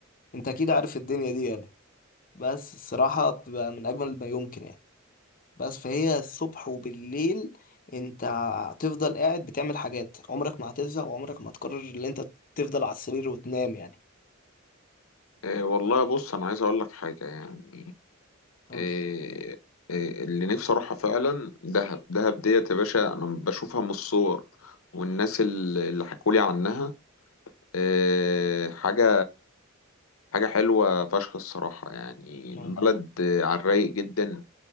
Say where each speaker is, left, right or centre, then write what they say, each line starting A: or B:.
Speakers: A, on the left; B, on the left.
A: انت أكيد عارف الدنيا دي يعني بس الصراحة بتبقى من أجمل ما يمكن يعني بس فهي الصبح وبالليل انت هتفضل قاعد بتعمل حاجات عمرك ما هتزهق وعمرك ما هتقرر ان انت تفضل على السرير وتنام يعني
B: آه، والله بص انا عايز اقول لك حاجه يعني
A: قول
B: إيه إيه اللي نفسي اروحها فعلا دهب دهب ديت يا باشا انا بشوفها من الصور والناس اللي اللي حكولي عنها إيه حاجة حاجة حلوة فشخ الصراحة يعني
A: اه
B: بلد آه، على الرايق جدا